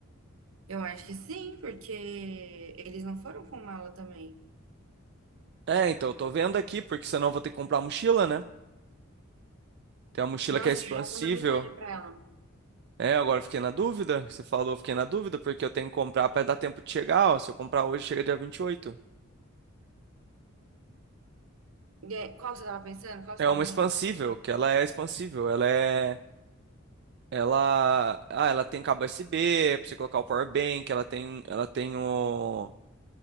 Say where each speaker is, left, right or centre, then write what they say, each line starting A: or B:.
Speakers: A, on the right; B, on the right.
A: Eu acho que sim, porque eles não foram com mala também.
B: É, então eu tô vendo aqui, porque senão eu vou ter que comprar a mochila, né? Tem uma mochila
A: Nossa,
B: que é expansível.
A: já manda mensagem pra ela.
B: É, agora eu fiquei na dúvida. Você falou, eu fiquei na dúvida, porque eu tenho que comprar para dar tempo de chegar. Ó, se eu comprar hoje, chega dia vinte e oito
A: E aí, qual que você tava pensando? Qual que
B: É
A: você tava
B: uma
A: em
B: expansível,
A: mente pra comprar?
B: que ela é expansível. Ela é. Ela. Ah, ela tem cabo USB, pra você colocar o power bank, ela tem. Ela tem o.